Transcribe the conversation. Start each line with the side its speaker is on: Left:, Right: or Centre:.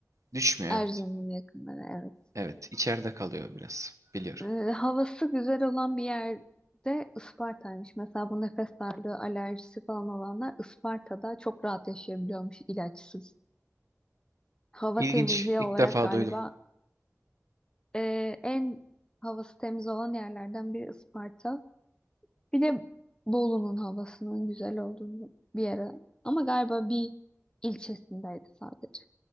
Right: Düşmüyor
Left: Erzurum'un
Right: evet.
Left: yakınları evet.
Right: Evet, içeride kalıyor biraz. Biliyorum.
Left: e, havası güzel olan bir yerde Isparta'ymış. Mesela bu nefes darlığı, alerjisi falan olanlar Isparta'da çok rahat yaşayabiliyormuş ilaçsız. Hava
Right: İlginç.
Left: temizliği
Right: İlk
Left: olarak
Right: defa
Left: galiba
Right: duydum.
Left: e, en havası temiz olan yerlerden biri Isparta. Bir de Bolu'nun havasının güzel olduğunu bir yere. Ama galiba bir ilçesindeydi sadece.